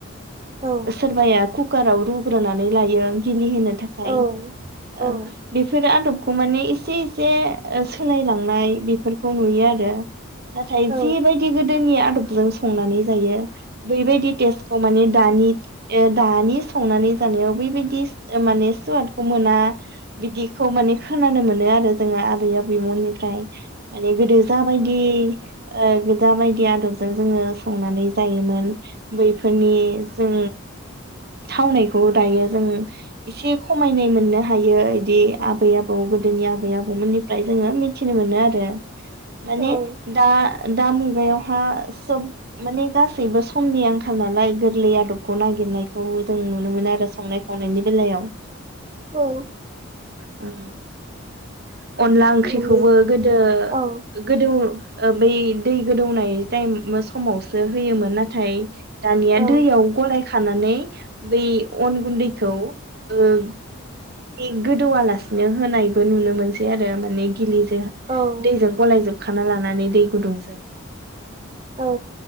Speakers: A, on the right; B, on the right.
A: औ
B: सोरबाया कुकाराव रु रुनानै लायो गिलि होनो थाखाय
A: औ औ
B: ओ बेफोरो आदब खौ माने एसे एसे सोलायलांनाय बेफोरखौ नुयो आरो नाथाय
A: औ
B: जिबायदि गोदोनि आदब जों संनानै जायो बैबायदि टेसखौ माने दानि ओ दानि संनानै जानायाव बैबायदि माने सुवादखौ मोना बिदिखौ माने खोनानो मोनो आरो जोंहा आबै मोननिफ्राय। माने गोदो जाबायदि ओ गोजा बायदि आदबजों जोङो संनानै जायोमोन बैफोरनि जों थावनाय बेखौ दायो जों एसे खमायनाय मोननो हायो बिदि आबै आबौ गोदोनि आबै आबौमोननिफ्राय जोङो मिथिनो मोनो आरो माने
A: औ
B: दा दा मुगायावहा सोब माने गासैबो समनि आंखाल नालाय गोरलै आदबखौ नागिरनायखौ जों न नुनो मोन आरो संनाय खावनायनि बेलायाव
A: औ
B: उम अनला ओंख्रिखौबो
A: माने
B: गोदो-गोदो
A: औ
B: बै दै गोदौनाय टाइम समावसो होयोमोन नाथाय दानिया
A: औ
B: दैयाव गलाय खाना नै बै अन गुन्दैखौ ओं इं गोदौलासिनो होनायबो नुनो मोनसै आरो माने गिलि <unintelligible>
A: औ
B: दैजों गलायजों होखाना लानानै दै गुदुंजों
A: औ